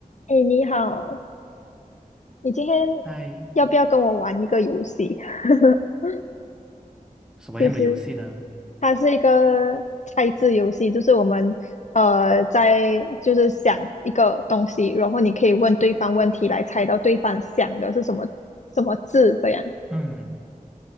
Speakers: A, on the left (about 55°); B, in the centre.
A: 哎，你好，你今天
B: 嗨，
A: 要不要跟我玩一个游戏？<laughs>
B: 什么样的游戏呢？
A: 就是它是一个猜字游戏，就是我们呃在就是想一个东西，然后你可以问对方问题来猜到对方想的是什么什么字这样。
B: 嗯